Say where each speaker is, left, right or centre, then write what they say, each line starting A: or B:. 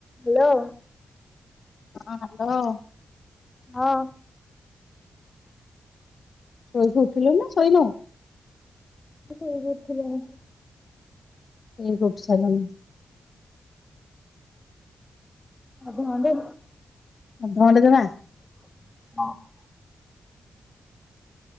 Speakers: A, on the left; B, on the left.
A: Hello.
B: ହଁ hello.
A: ହଁ।
B: ଶୋଇକି ଉଠିଲୁଣି ନା ଶୋଇନୁ?
A: ଶୋଇକି ଉଠିଲିଣି।
B: <unintelligible> ଉଠି ସାରିଲିଣି।
A: ଅଧ ଘଣ୍ଟା
B: ଅଧ ଘଣ୍ଟେ ଜମା?
A: <unintelligible>